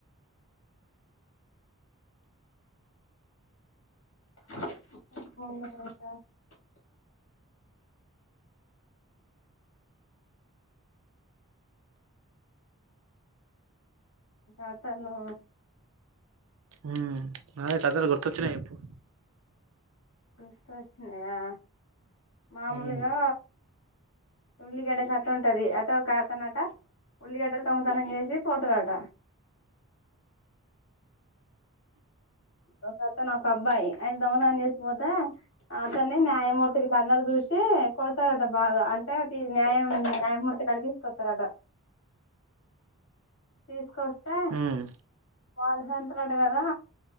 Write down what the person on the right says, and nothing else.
హ నాతేాతర గుర్తచ్చిన ఇప్పు
ఉమ్
ఉమ్